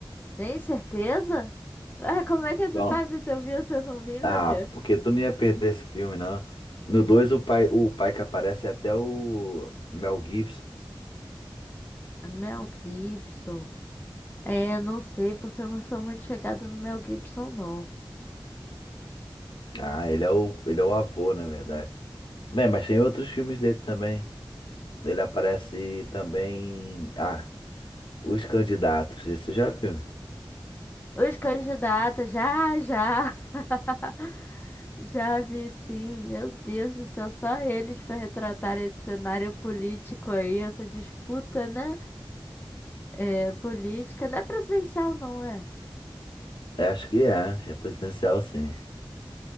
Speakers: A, on the left (about 20°); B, on the left (about 70°).
A: Tem certeza? <laughs> Ah, como é que você
B: Então,
A: sabe se eu vi ou se eu não vi, meu
B: ah,
A: Deus?
B: porque tu não ia perder esse filme, não. No 2 o pai, o pai que aparece é até o Mel Gibson.
A: É Mel Gibson. É, não sei, porque eu não sou muito chegada no Mel Gibson, não.
B: Ah, ele é o, ele é o avô, na verdade. Bem, mas tem outros filmes dele também. Ele aparece também. Ah, Os Candidatos. Isso já viu?
A: Os candidatos, já, já. <laughs> Já vi, sim. Meu Deus do céu, só eles para retratar esse cenário político aí, essa disputa, né? É, política, não é presidencial, não é?
B: É, acho que é. É presidencial, sim.